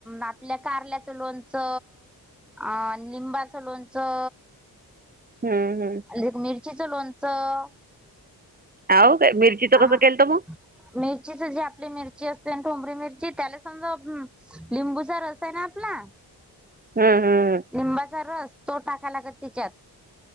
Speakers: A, in the centre; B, on the right.
A: आपल्या कारल्याच लोणचं. अ लिंबाचं लोणचं.
B: हम्. हमं.
A: एक मिरचीचं लोणचं.
B: आवो काय मिरचीच
A: ह
B: कसं केलंत मग.
A: मिरचीच जे आपली मिरची असते ठोंबरी मिरची त्याला समजा. लिंबूचा रस आहे न आपला.
B: हा. हा.
A: लिंबाचा रस तो टाकाय लागत तिच्यात